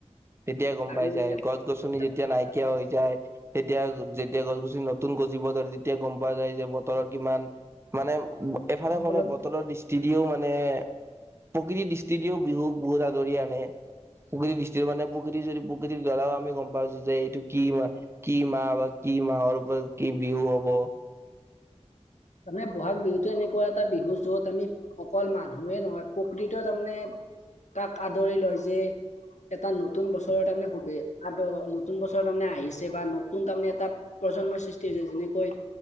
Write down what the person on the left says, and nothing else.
আৰু
এটা
গছ
গছনি
মানে ব'হাগ বিহুতোৱে এনেকুৱা এটা বিহু যত আমি অকল মানুহে নহয় প্ৰকৃত তাৰমানে তাক আদৰি লয় যে এটা নতুন বছৰৰ তাৰমানে খুবেই আদ নতুন বছৰৰ তাৰমানে আহিছে বা নতুন তাৰমানে এটা প্ৰজন্মৰ সৃষ্টি হৈছে। যেনেকৈ